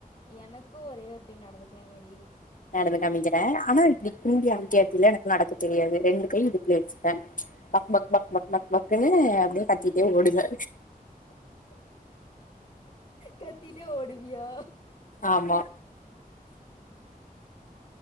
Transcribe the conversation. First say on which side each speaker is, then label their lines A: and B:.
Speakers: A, on the left; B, on the left.
A: எனக் கு ஒரே ஒரு டைம் நடந்திட்டாங்கடி
B: நடந்து காம்பிக்கிற ஆனா இப்டி குன்டி ஆட்டி ஆட்டிலா எனக்கு நடக்க தெரியாது ரெண்டு கை இடுப்புல வச்சிப்ப பக்பக் பக் பக் பக் க்ன்னு அப்டியே கத்திட்டே ஓடுவ
A: கத்திட்டே ஓடுவியா
B: ஆமா